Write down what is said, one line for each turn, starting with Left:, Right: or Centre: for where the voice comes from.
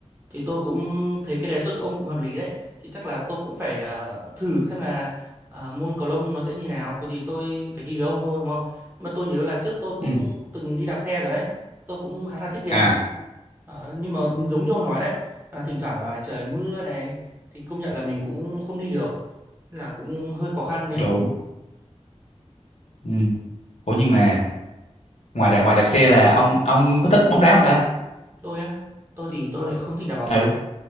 Right: thì tôi cũng thấy cái đề xuất của ông cũng hợp lý đấy thì chắc là tôi cũng phải ờ, thử xem là ờ, môn cầu lông nó sẽ như nào có gì tôi phải đi với ông thôi đúng không nhưng mà tôi nhớ là trước tôi cũng
Left: ừ
Right: từng đi đạp xe rồi đấy tôi cũng khá là thích đi
Left: à
Right: đạp xe Ờ, nhưng mà giống như ông nói đấy là thỉnh thoảng là trời mưa này thì công nhận là mình cũng không đi được Nên là cũng hơi khó khăn đấy
Left: đúng ừ ủa nhưng mà ngoài đạp ngoài đạp xe là ông ông có thích bóng đá không ta
Right: tôi á tôi thì tôi lại không thích đá bóng
Left: ừ
Right: lắm